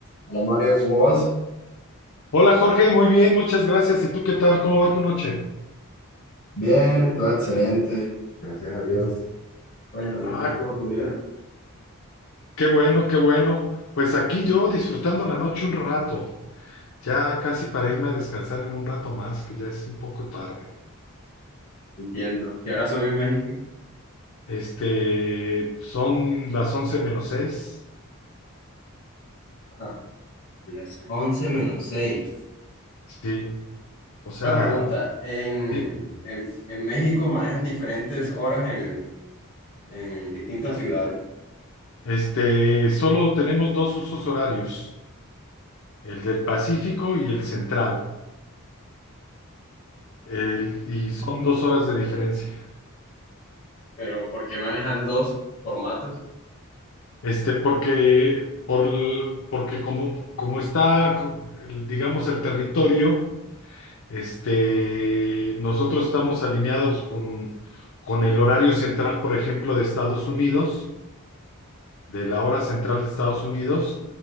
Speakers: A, on the left; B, on the left.
A: Hola Mario, ¿cómo vas?
B: Hola Jorge, muy bien, muchas gracias. ¿Y tú qué tal? ¿Cómo va tu noche?
A: Bien, todo excelente, gracias a Dios. Cuéntame,
B: Ah,
A: ¿cómo estuvo tu día?
B: qué bueno, qué bueno. Pues aquí yo disfrutando la noche un rato, ya casi para irme a descansar en un rato más, que ya es un poco tarde.
A: Entiendo. ¿Qué horas son en México?
B: Este, son las once menos seis.
A: Ah, las 11 menos 6.
B: sí, o sea,
A: Una pregunta. En,
B: sí.
A: en, en México manejan diferentes horas en, en distintas ciudades,
B: Este, solo tenemos dos usos horarios, el del Pacífico y el central, el, y son dos horas de diferencia.
A: pero ¿por qué manejan dos formatos?
B: Este, porque, por, l- porque como, como está, co- el- digamos, el territorio, este, nosotros estamos alineados con, con el horario central, por ejemplo, de Estados Unidos, de la hora central de Estados Unidos,